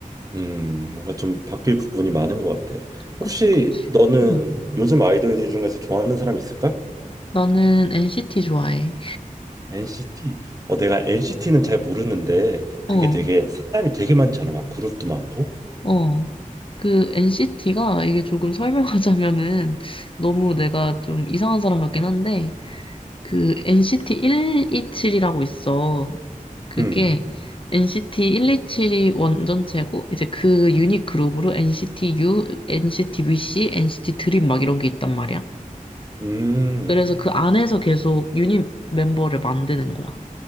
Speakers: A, on the right (about 25°); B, on the left (about 40°).
A: 음, 뭔가 좀 바뀔 부분이 많은 것 같아.
B: 그치,
A: 혹시
B: 그치.
A: 너는
B: 응.
A: 요즘 아이돌들 중에서 좋아하는 사람 있을까?
B: 나는 NCT 좋아해.
A: NCT. 어, 내가 NCT는 잘 모르는데
B: 어,
A: 그게 되게 사람이 되게 많잖아. 막 그룹도 많고.
B: 어. 그 NCT가 이게 조금 설명하자면은 너무 내가 좀 이상한 사람 같긴 한데 그 NCT 127이라고 있어. 그게
A: 음,
B: NCT 127이 원전체고 이제 그 유닛 그룹으로 NCT U, NCT VC, NCT 드림 막 이런 게 있단 말이야.
A: 음,
B: 그래서 그 안에서 계속 유닛 멤버를 만드는 거야.